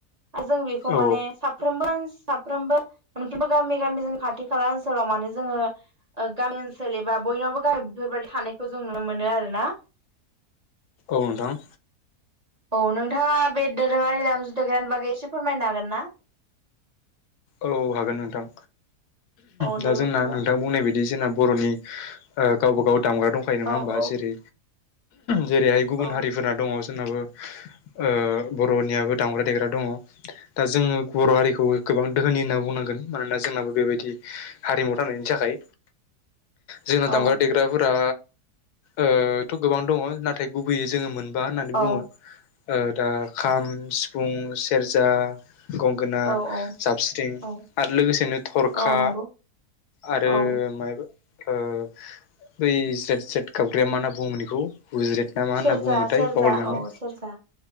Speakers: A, on the right; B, on the left.
A: आजों बेखौ
B: औ
A: माने साफ्रोमबो साफ्रोमबो मोनफ्रोमबो गामि गामि जों खाथि खाला ओनसोलाव माने जोङो ओ गामि ओनसोल एबा बयनावबो थानायखौ जों नुनो मोनो आरो ना।
B: औ नोंथां।
A: औ नोंथाङा बे दोरोङारि दामजु देग्रानि बागै एसे फोरमायनो हागोन ना?
B: औ हागोन नोंथां।
A: औ
B: दा
A: दे
B: जोंना
A: बिदिब्ला
B: नोंथां बुंनाय बायदि जोंना बर'नि ओ गावबागाव दामग्रा दंखायो नङा
A: औ
B: होमबा
A: औ
B: जेरै जेरैहाय गुबुन
A: औ
B: हारिफोरा दङ जोंनाबो ओ बर'नियाबो दामग्रा देग्रा दङ। दा जोङो बर' हारिखौ गोबां दोहोनि होनना बुंनांगोन मानोना जोंनाबो बेबायदि हारिमु थानायनि थाखाय जोंना दामग्रा
A: औ
B: देग्रा फोरा ओ गोबां दङ' नाथाय गुबैयै जोंङो मोन बा होन्नानै
A: औ
B: बुङो ओ दा खाम सिफुं सेरजा गं गोना,
A: औ औ
B: जाबस्रिं
A: औ
B: आरो लोगोसेनो थरखा
A: औ नंगौ
B: आरो
A: औ
B: माइ ओ बै स्रेद स्रेद गाबग्राया मा होनना बुङोमो बेखौ गुज्रेद ना मा होनना
A: सेरजा
B: बुङोथाय
A: सेरजा
B: बावलाय लांबाय।
A: औ सेरजा